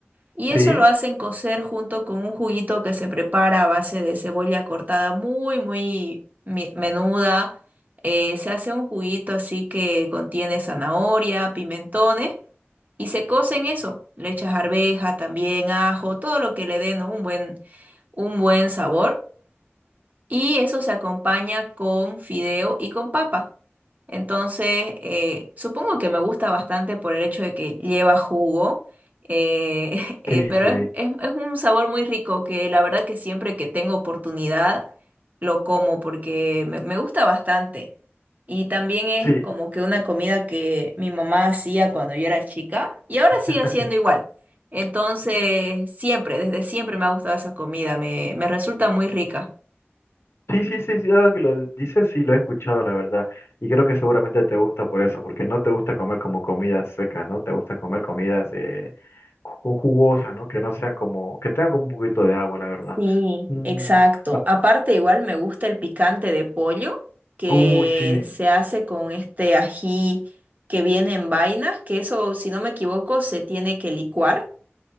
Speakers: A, on the right; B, on the left.
A: Y
B: Sí,
A: eso lo hacen cocer junto con un juguito que se prepara a base de cebolla cortada muy, muy mi- menuda. Eh, se hace un juguito así que contiene zanahoria, pimentones y se cose en eso. Le echas arveja, también ajo, todo lo que le dé, ¿no? un buen, un buen sabor. Y eso se acompaña con fideo y con papa. Entonces, eh, supongo que me gusta bastante por el hecho de que lleva jugo, eh, <laughs> eh,
B: sí,
A: pero
B: sí,
A: es, es- es un sabor muy rico que la verdad que siempre que tengo oportunidad lo como porque me, me gusta bastante. Y también es
B: sí.
A: como que una comida que mi mamá hacía cuando yo era chica y ahora
B: <laughs>
A: sigue haciendo igual. Entonces, siempre, desde siempre me ha gustado esa comida, me, me resulta muy rica.
B: Sí, sí, sí, sí, ahora que lo dices, sí, lo he escuchado, la verdad. Y creo que seguramente te gusta por eso, porque no te gusta comer como comidas secas, ¿no? Te gusta comer comidas eh, ju- ju- jugosas, ¿no? Que no sean como, que tengan como un poquito de agua, la verdad.
A: Sí,
B: Mm,
A: exacto.
B: ma-
A: Aparte, igual me gusta el picante de pollo que
B: uy, sí,
A: se hace con este ají que viene en vainas, que eso, si no me equivoco, se tiene que licuar